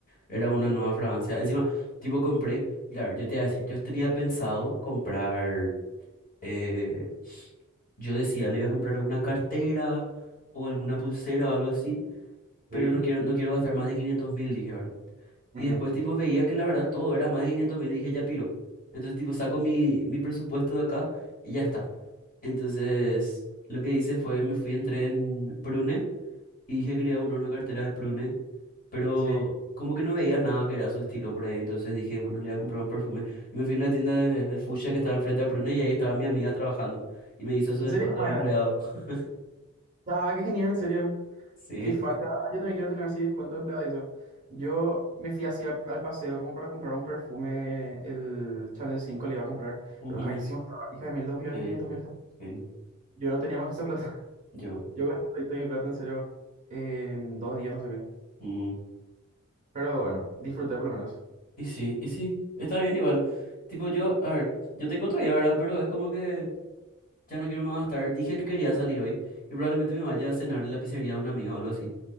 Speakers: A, on the left; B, on the right.
A: Era una nueva fragancia. Encima, tipo, compré. Claro, yo te iba a decir, yo tenía pensado comprar. eh, yo decía, le voy a comprar alguna cartera o alguna pulsera o algo así. Pero
B: Sí,
A: no quiero, no quiero gastar más de quinientos mil, dije, ¿verdad?
B: ujú,
A: Y después, tipo, veía que la verdad todo era más de quinientos mil y dije, ya piro. Entonces, tipo, saco mi, mi presupuesto de acá y ya está. Entonces, lo que hice fue, me fui, entré en Prune y dije que le iba a comprar una cartera de Prune pero
B: Sí.
A: como que no veía nada que era su estilo por ahí, entonces dije, bueno, le voy a comprar un perfume. Y me fui en la tienda de, de Fuchsia que estaba enfrente a Prune y ahí estaba mi amiga trabajando y me hizo su
B: ¿En
A: descuento
B: serio? Bueno,
A: de empleado. <laughs>
B: ah, qué genial, en serio.
A: Sí,
B: Qué facha. Ah, Yo también quiero tener así descuento de empleado de eso. Yo me fui así a- al paseo como para comprar un perfume, el Chanel 5 le iba a comprar,
A: ujú,
B: pero carísimo estaba. Hija de mil, dos millones
A: sí
B: quinientos mil estaba.
A: sí,
B: Yo no tenía más esa plata. <laughs>
A: yo.
B: Yo gasté toda mi plata, en serio, en dos días, no sé qué.
A: mm.
B: Pero bueno, disfruté por lo menos.
A: Y sí, y sí, está bien igual. Tipo, yo, a ver, yo tengo todavía, ¿verdad? Pero es como que ya no quiero más gastar. Dije que quería salir hoy y probablemente me vaya a cenar en la pizzería de un amigo o algo así.